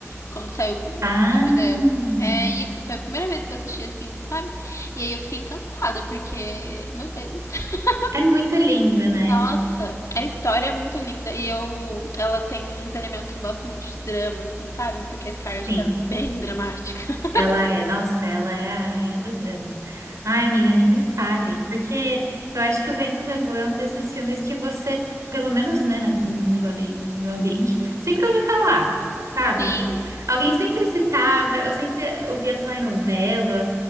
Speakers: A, on the left; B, on the right.
A: Quando saiu com o
B: Ah!
A: DVD. É isso, foi a primeira vez que eu assisti assim, sabe? E aí eu fiquei encantada, porque, meu Deus. <laughs>
B: É muito lindo, né?
A: Nossa, a história é muito linda e eu, ela tem uns elementos que eu gosto muito de drama, assim, sabe? Porque a Scarlett
B: Sim.
A: ela é bem dramática. <laughs>
B: Ela é, nossa, ela é a rainha do drama. Ai, amiga, nem me fale, porque eu acho que O Vento Levou é um desses filmes que você, pelo menos, né, na- no meu, ali, no meu ambiente, sempre ouviu falar, sabe?
A: Sim,
B: Alguém sempre citava, eu sempre ouvia falar em novela